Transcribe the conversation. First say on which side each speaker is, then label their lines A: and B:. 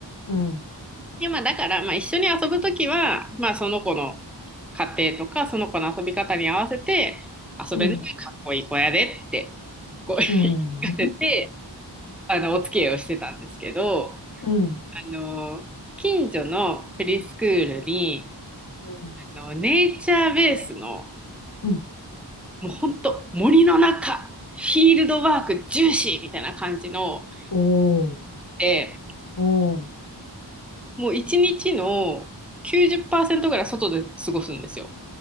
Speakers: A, on the left (about 45°); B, in the centre.
A: うん。
B: でまあ、だからまあ一緒に遊ぶときは、まあ、その子の家庭とかその子の遊び方に合わせて遊べるのがかっこいい子やでってこう言い聞かせて
A: うん。うん。
B: あのお付き合いをしてたんですけど、
A: う
B: あの近所のフリースクールに
A: ん。
B: あのネイチャーベースの
A: うん。
B: もう本当森の中、フィールドワーク重視みたいな感じの、
A: おお。
B: で、
A: おお。
B: もう一日の90%ぐらい外で過ごすんですよ。